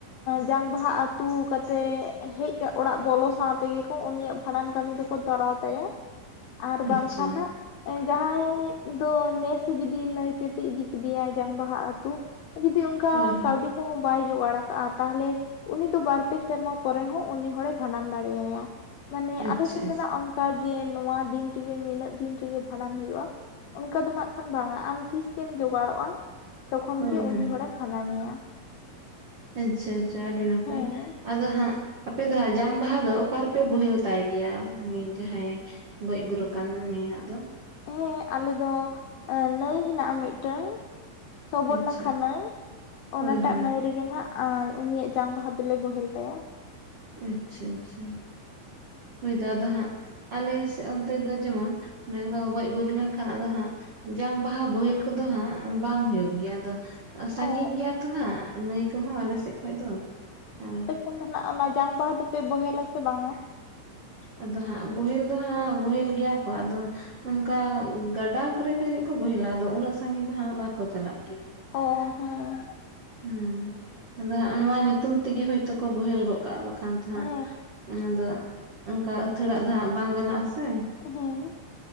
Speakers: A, on the left; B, on the right.
A: ᱡᱟᱝ ᱵᱟᱦᱟ ᱟᱹᱛᱩ ᱠᱟᱛᱮᱫ ᱦᱮᱡ ᱚᱲᱟᱜ ᱵᱚᱞᱚ ᱥᱟᱶ ᱛᱮᱜᱮ ᱠᱚ ᱩᱱᱤᱭᱟᱜ ᱵᱷᱟᱸᱰᱟᱱ ᱠᱟᱹᱢᱤ ᱫᱚ ᱠᱚ ᱛᱚᱨᱟᱣ ᱛᱟᱭᱟ ᱟᱨ
B: ᱟᱪᱪᱷᱟ
A: ᱵᱟᱝᱠᱷᱟᱱ ᱦᱟᱜ ᱡᱟᱦᱟᱸᱭ ᱫᱚ ᱱᱮᱥ ᱡᱩᱫᱤ ᱱᱟᱹᱭᱛᱮ ᱤᱫᱤ ᱠᱮᱫᱮᱭᱟ ᱡᱟᱝ ᱵᱟᱦᱟ ᱟᱹᱛᱩ ᱡᱩᱫᱤ ᱚᱱᱠᱟ
B: ᱦᱳᱭ ᱦᱳᱭ
A: ᱠᱟᱹᱣᱰᱤ ᱠᱚᱦᱚᱸ ᱵᱟᱭ ᱡᱚᱜᱟᱲ ᱠᱟᱜᱼᱟ ᱛᱟᱦᱚᱞᱮ ᱩᱱᱤ ᱫᱚ ᱵᱟᱨ ᱯᱮ ᱥᱮᱨᱢᱟ ᱯᱚᱨᱮ ᱦᱚᱸ ᱩᱱᱤ ᱦᱚᱲᱮ ᱵᱷᱟᱸᱰᱟᱱ ᱫᱟᱲᱮ ᱭᱟᱭᱟ ᱢᱟᱱᱮ
B: ᱟᱪᱪᱷᱟ
A: ᱟᱞᱮ ᱥᱮᱱ
B: ᱟᱪᱪᱷᱟ
A: ᱫᱚ ᱱᱟᱜ ᱚᱱᱠᱟ ᱜᱮ ᱱᱚᱣᱟ ᱫᱤᱱ ᱨᱮᱜᱮ ᱱᱤᱱᱟᱹᱜ ᱫᱤᱱ ᱛᱮᱜᱮ ᱵᱷᱟᱸᱰᱟᱱ ᱦᱩᱭᱩᱜᱼᱟ ᱚᱱᱠᱟ ᱫᱚ ᱱᱟᱜᱠᱷᱟᱱ ᱵᱟᱝᱟ ᱟᱢ ᱛᱤᱥᱜᱮᱢ ᱡᱚᱜᱟᱲᱚᱜᱼᱟ ᱛᱚᱠᱷᱚᱱ
B: ᱦᱳᱭ
A: ᱜᱮ ᱩᱱᱤ
B: ᱦᱳᱭ
A: ᱦᱚᱲᱮᱢ ᱵᱷᱟᱸᱰᱟᱱᱮᱭᱟ᱾
B: ᱟᱪᱪᱷᱟ ᱟᱪᱪᱷᱟ ᱟᱹᱰᱤ ᱱᱟᱯᱟᱭ᱾
A: ᱦᱮᱸ
B: ᱟᱫᱚ ᱦᱟᱸᱜ ᱟᱯᱮ ᱫᱚᱦᱟᱸᱜ ᱡᱟᱝ ᱵᱟᱦᱟ ᱫᱚ ᱚᱠᱟ ᱨᱮᱯᱮ ᱵᱳᱦᱮᱞ ᱛᱟᱭ ᱜᱮᱭᱟ ᱩᱱᱤ ᱡᱟᱦᱟᱸᱭ ᱜᱚᱡ ᱜᱩᱨ ᱟᱠᱟᱱ ᱱᱤᱭᱟᱜ ᱫᱚ ᱾
A: ᱦᱮᱸ ᱟᱞᱮ ᱫᱚ ᱱᱟᱹᱭ ᱦᱮᱱᱟᱜᱼᱟ ᱢᱤᱫᱴᱟᱝ ᱥᱚᱵᱚᱨ
B: ᱟᱪᱪᱷᱟ
A: ᱱᱟᱠᱷᱟ ᱱᱟᱹᱭ ᱚᱱᱟᱴᱟᱜ
B: ᱦᱳᱭ ᱦᱳᱭ
A: ᱱᱟᱹᱭ ᱨᱮᱜᱮ ᱱᱟᱜ ᱩᱱᱤᱭᱟᱜ ᱡᱟᱝ ᱵᱟᱦᱟ ᱫᱚᱞᱮ ᱵᱚᱦᱮᱞ ᱛᱟᱭᱟ᱾
B: ᱟᱪᱪᱷᱟ ᱟᱪᱪᱷᱟ ᱦᱳᱭᱛᱚ ᱟᱫᱚ ᱦᱟᱸᱜ ᱟᱞᱮ ᱥᱮᱫ ᱚᱱᱛᱮ ᱫᱚ ᱡᱮᱢᱚᱱ ᱚᱱᱮ ᱚᱱᱠᱟ ᱠᱚ ᱜᱚᱡ ᱜᱩᱨ ᱞᱮᱱᱠᱷᱟᱱ ᱟᱫᱚ ᱦᱟᱸᱜ ᱡᱟᱝ ᱵᱟᱦᱟ ᱵᱳᱦᱮᱞ ᱠᱚᱫᱚ ᱦᱟᱸᱜ ᱵᱟᱝ ᱦᱩᱭᱩᱜ ᱜᱮᱭᱟ ᱟᱫᱚ ᱥᱟᱺᱜᱤᱧ
A: ᱚ
B: ᱜᱮᱭᱟ ᱛᱚ ᱦᱟᱸᱜ ᱱᱟᱹᱭ ᱠᱚᱦᱚᱸ ᱟᱞᱮ ᱥᱮᱫ ᱠᱷᱚᱡ ᱫᱚ ᱟᱨ
A: ᱮᱠᱷᱚᱱ ᱫᱚ ᱱᱟᱜ ᱚᱱᱟ ᱡᱟᱝ ᱵᱟᱦᱟ ᱫᱚᱯᱮ ᱵᱚᱦᱮᱞᱟ ᱥᱮ ᱵᱟᱝᱟ?
B: ᱟᱫᱚ ᱦᱟᱸᱜ ᱵᱳᱦᱮᱞ ᱫᱚ ᱦᱟᱸᱜ ᱵᱳᱦᱮᱞ ᱜᱮᱭᱟ ᱠᱚ ᱟᱫᱚ ᱚᱱᱠᱟ ᱜᱟᱰᱟ ᱠᱚᱨᱮ ᱠᱚ ᱡᱟᱹᱱᱤᱡ ᱠᱚ ᱵᱳᱦᱮᱞᱟ ᱟᱫᱚ ᱩᱱᱟᱹᱜ ᱥᱟᱺᱜᱤᱧ ᱫᱚ ᱦᱟᱜ ᱵᱟᱠᱚ ᱪᱟᱞᱟᱜ ᱜᱮᱭᱟ᱾
A: ᱚ ᱦᱮᱸ
B: ᱦᱩᱸ ᱟᱫᱚ ᱦᱚᱸᱜ ᱱᱚᱣᱟ ᱧᱩᱛᱩᱢ ᱛᱮᱜᱮ ᱦᱳᱭᱛᱳ ᱠᱚ ᱵᱳᱦᱮᱞ ᱜᱚᱫ ᱠᱟᱜᱼᱟ᱾ ᱮᱠᱷᱟᱱ ᱫᱚ ᱦᱟᱸᱜ
A: ᱦᱮᱸ
B: ᱚᱱᱟ ᱫᱚ ᱚᱱᱠᱟ ᱟᱹᱛᱷᱟᱹᱲᱟᱜ ᱫᱚ ᱦᱟᱸᱜ ᱵᱟᱝ ᱜᱟᱱᱚᱜ ᱟᱥᱮ᱾
A: ᱦᱮᱸ